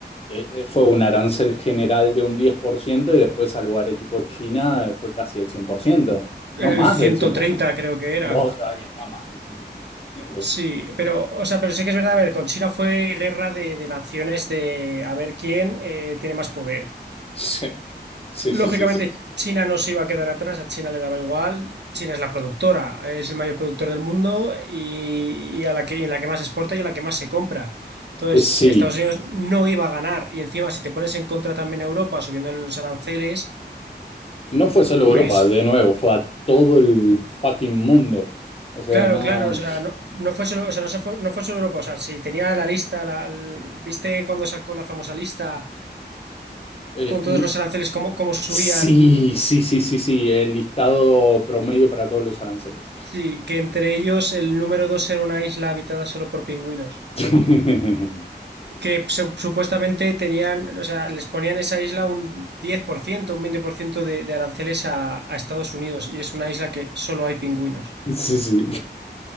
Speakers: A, on the left (about 35°); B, on the right (about 70°).
A: eh, fue un arancel general de un 10% y después a lugares tipo China eh, fue casi el 100%
B: El
A: no más
B: ciento
A: del 100%.
B: treinta creo que era.
A: Vos, ahí está, más del 150%.
B: Sí, pero, o sea, pero sí que es verdad, a ver, con China fue guerra de, de naciones de a ver quién eh, tiene más poder.
A: <laughs> Sí,
B: Lógicamente,
A: sí, sí, sí.
B: China no se iba a quedar atrás, a China le daba igual. China es la productora, es el mayor productor del mundo y, y a la que, y en la que más exporta y en la que más se compra. Entonces,
A: Eh, Sí,
B: Estados Unidos no iba a ganar. Y encima, si te pones en contra también a Europa subiéndole los aranceles,
A: no fue solo
B: pues
A: Europa, de nuevo, fue a todo el fucking mundo. O sea,
B: claro,
A: no...
B: claro, o sea, no, no fue solo, o sea, no, se fue, no fue solo Europa. O sea, si tenía la lista, la, l- ¿viste cuando sacó la famosa lista
A: eh,
B: con todos
A: n-
B: los aranceles, cómo, cómo subían?
A: sí, sí, sí, sí, sí, el listado promedio para todos los aranceles.
B: Sí, que entre ellos el número dos era una isla habitada solo por pingüinos.
A: <laughs>
B: que su- supuestamente tenían, o sea, les ponían esa isla un 10%, un 20% de, de aranceles a, a Estados Unidos y es una isla que solo hay pingüinos.
A: Sí, sí.